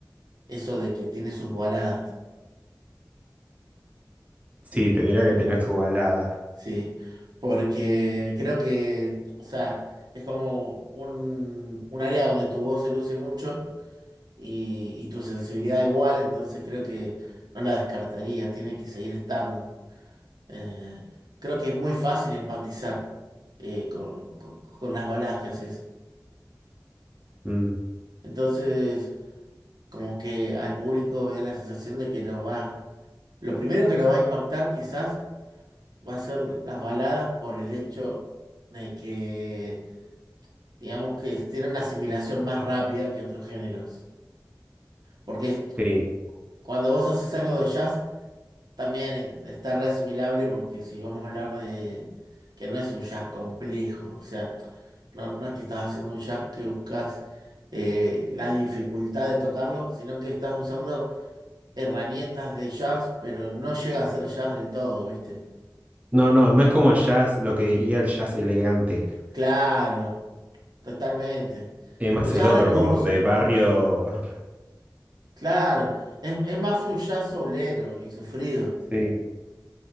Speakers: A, on the right; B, on the right.
A: eso de que tiene sus baladas,
B: Sí, tendría que tener tu balada.
A: sí, porque creo que, o sea, es como un, un área donde tu voz se luce mucho y, y tu sensibilidad igual, entonces creo que no la descartaría, tiene que seguir estando. Eh, creo que es muy fácil empatizar eh, con, con- con las baladas que haces.
B: Mm,
A: Entonces, como que al público me da la sensación de que los va, lo primero que lo va a impactar quizás va a ser las baladas por el hecho de que, digamos que tienen una asimilación más rápida que otros géneros. Porque
B: sí.
A: cuando vos haces algo de jazz, también está re asimilable porque si vamos a hablar de que no es un jazz complejo, o sea, no, no es que estás haciendo un jazz que buscas eh, la dificultad de tocarlo, sino que estás usando herramientas de jazz, pero no llega a ser jazz del todo, ¿viste?
B: No, no, no es como el jazz, lo que diría el jazz elegante.
A: Claro. Totalmente.
B: Es más
A: Usar
B: el otro,
A: recursos
B: como de
A: nomás.
B: barrio.
A: Claro, es, es más un jazz soulero y sufrido.
B: Sí,